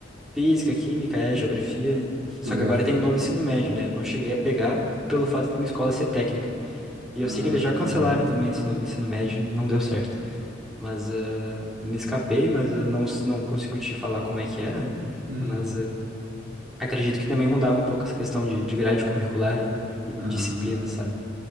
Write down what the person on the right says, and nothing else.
geografia.
biologia.
Ah,
hum,
ah.